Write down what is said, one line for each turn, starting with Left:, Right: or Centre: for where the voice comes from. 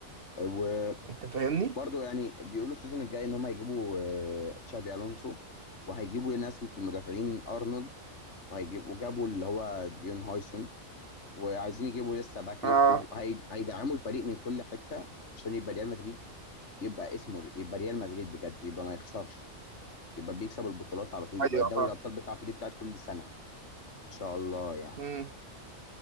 Left: وبرضه
Right: انت فاهمني؟
Left: يعني بيقولوا السيزون الجاي ان هم هيجيبوا آه، تشابي الونسو وهيجيبوا ناس في المدافعين ارنولد وهيجيبوا وجابوا اللي هو ديون هويسون وعايزين يجيبوا لسه باك
Right: اه
Left: ليفت و- هي- هيدعموا الفريق من كل حته عشان يبقى ريال مدريد يبقى اسمه يبقى ريال مدريد بجد يبقى ما يخسرش يبقى بيكسب البطولات على طول
Right: ايوه
Left: يبقى دوري
Right: اه
Left: الابطال بتاعته دي بتاعت كل سنه ان شاء الله يعني
Right: امم